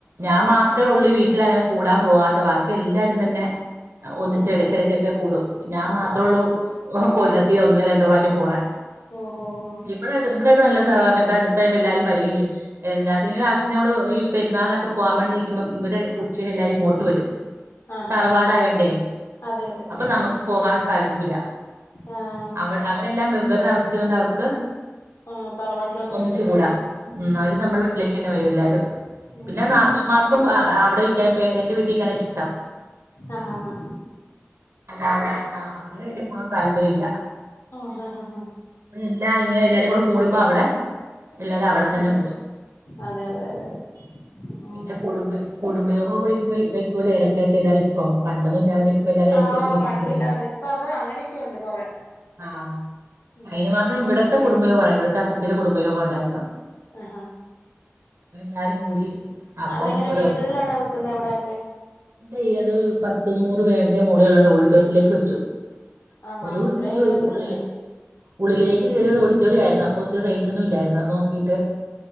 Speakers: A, on the right; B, on the left.
A: ഞാൻ
B: ആഹ്
A: മാത്രമേ ഒള്ളൂ ഈ വീട്ടിലങ്ങനെ കൂടാൻ പോകാത്ത ക്ക ബാക്ക്യല്ലാരും തന്നെ ഒന്നിച്ചെടയ്ക്കെടക്കെക്കെ
B: ആഹ്
A: കൂടും ഞാൻ മാത്രൊള്ളൂ
B: ആഹ്
A: കൊല്ലത്തിലൊന്ന് രണ്ട് പ്രാവ്ശ്യം പോണേ
B: ഓഹോ ഹോ
A: ഇവടായ്ട്ട് ഇവ്ടായ്ട്ട് നല്ല സഹകര്ണിം ഇവ്ടെ അടുത്തായോണ്ട് എല്ലാരും വരികയും ചെയ്യും എല്ലാത്തിനും ലാസ്റ്റ് നമ്മൾ ഈ പെരുന്നാള്നൊക്കെ പോകാൻ വേണ്ടി നിക്കുമ്പം ഇവെര് ഉച്ചന് എല്ലാരും ഇങ്ങോട്ട് വെരും
B: ആഹാ
A: തറവാടായോണ്ടേ
B: അതെ അതെ
A: അപ്പം
B: ആഹ്
A: നമക്ക് പോകാൻ സാധിക്കൂല
B: ആഹ്
A: അവ അവരെല്ലാം വെ <unintelligible> താമസിക്കുന്നോണ്ടവർക്ക്
B: ആഹ് തറവാട്ടിലോട്ട്
A: ഒന്നിച്ചുകൂടാ
B: വരുവത്
A: മ്മ്
B: ഉം
A: അവര്
B: ഉം
A: നമ്മടെ വീട്ടിലേക്കെന്നെ വരും എല്ലാരും
B: ഉം
A: പിന്നെ നാത്തൂന്മാർക്കും ഭാ അവിടെനിക്കാ പേ എന്റെ വീട്ടീ നിക്കാനാ ഇഷ്ടം
B: അഹഹാ
A: അല്ലാതെ അവര്ടെ വീട്ടീപ്പോകാൻം താല്പര്യല്ല
B: ആഹആാ ഹാ
A: എല്ലാ ഇങ്ങനെ എല്ലാരും കൂടെ കൂടുമ്പോ അവടെ എല്ലാരും അവടെത്തന്നെ കൂടും
B: അതെഅതെ അതെ അതെ ഉം
A: പിന്നെ കുടുംബ കുടുംബയോഗ ഒക്ക വക്കൂല ഇടയ്ക്കിടക്ക് എല്ലാരും ഇപ്പം പണ്ടൊന്നും ഇല്ലോൽ ഇപ്പെല്ലാരും ഇടക്കെക്കെ
B: ആഹ്
A: നിക്കും
B: പണ്ടില്ലാതെ
A: കുടും
B: ഇപ്പൊ അത് അങ്ങനെയൊക്കെയുണ്ട് കൊറെ
A: ആഹാ
B: ഉം
A: കഴ്ഞ്ഞ മാസം ഇവ്ടത്തെ കുടുംബയോഗണ്ടായ്നു ഇവിടുത്തെ അത്തച്ചന്കുടുംബയോഗം ഉണ്ടായിരുന്നു
B: അഹാ
A: അപ്പൊ എല്ലാരും കൂടി അപ്പം
B: അതെങ്ങനെ
A: ഒരു
B: വീടുകളിലാണോ വെക്കുന്നത് അവിടെയൊക്കെ
A: ഇല്ലാ ൾത് പത്ത് നൂറ് പേരുടെ മോളികളുണ്ട് ഓടിച്ചോർത്തിലേക്ക് വെച്ചു
B: ആഹാ
A: ഒരു
B: ഇവിടെ
A: ഇച്ചിരി
B: അങ്ങനൊക്കെ
A: ഉഴ്വ
B: തന്നെ
A: ഉള്ളിലേക്ക് കയറി ഓടി ടിറ്റോറിയായിര്ന്നു അപ്പൊ ഒത്തിരി റേറ്റൊന്നും ഇല്ലായ്ര്ന്നു അത് നോക്കീട്ട്